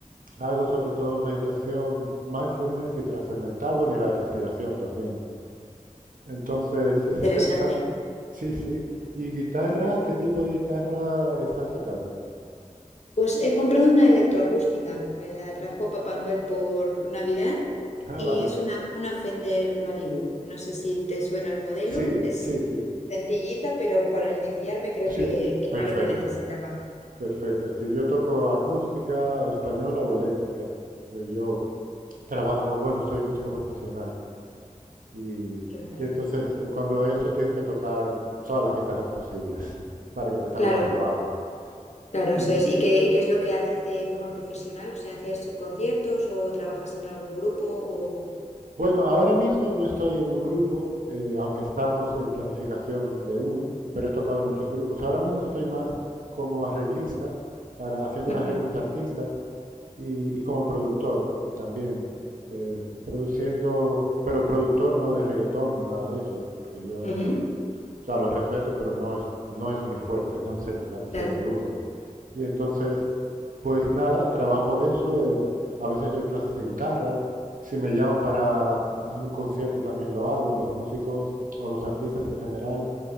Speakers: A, on the right; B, on the left.
A: Hago sobre todo meditación mindfulness y trascendental, bueno, y la de respiración también. Entonces
B: Interesante.
A: es interesante. Sí, sí. ¿Y guitarra? ¿Qué tipo de guitarra estás tocando?
B: Pues he comprado una electroacústica, me la trajo Papá Noel por Navidad
A: Ah,
B: y
A: vale.
B: es una, una Fender Malibu. No sé si te suena el modelo,
A: Sí,
B: es
A: sí, sí.
B: sencillita, pero para iniciarme creo
A: Sí,
B: que, que
A: perfecta,
B: era lo que necesitaba.
A: perfecta. Sí, yo toco acústica, española o eléctrica. Eh, Yo trabajo, bueno, soy músico profesional y, y
B: Qué guay.
A: entonces eh, cuando eso tienes que tocar todas las guitarras posibles <laughs> para que te salga
B: Claro.
A: más trabajo.
B: Claro,
A: Y
B: eso es. ¿Y qué, y qué es lo que haces de forma profesional? O sea, ¿haces conciertos o trabajas en algún grupo? O...
A: bueno, ahora mismo no estoy en un grupo, eh, aunque estamos en planificación de uno, pero he tocado en muchos grupos. Ahora mismo estoy más como arreglista, para, haciendo
B: Ujú,
A: los arreglos a artistas y, y como productor también. eh, produciendo, pero productor no de reggaetón ni nada de eso, porque yo
B: ujú,
A: eso O sea, los respeto, pero no es, no es mi fuerte, no es el- la música
B: Claro.
A: que me gusta. Y entonces, pues nada, trabajo de eso. eh, a veces doy clases de guitarra. Si me llaman para un concierto también lo hago. Los músicos o los artistas en general